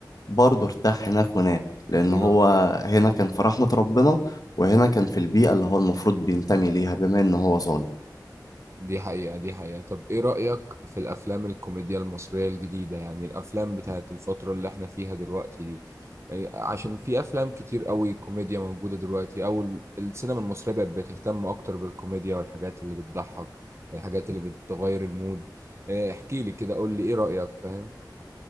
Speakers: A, on the left; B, on the right.
A: برضه ارتاح هناك ونام لأن
B: ايوه
A: هو هنا كان في رحمة ربنا وهنا كان في البيئة اللي هو المفروض بينتمي ليها بما إن هو ظالم
B: دي حقيقة دي حقيقة طب ايه رأيك في الافلام الكوميديا المصرية الجديدة يعني الافلام بتاعت الفترة اللي احنا فيها دلوقتي دي يعني عشان في افلام كتير قوي كوميديا موجودة دلوقتي او ال- السينما المصرية بقت بتهتم اكتر بالكوميديا والحاجات اللي بتضحك الحاجات اللي بتغير المود إيه، احكي لي كده قول لي ايه رأيك فاهم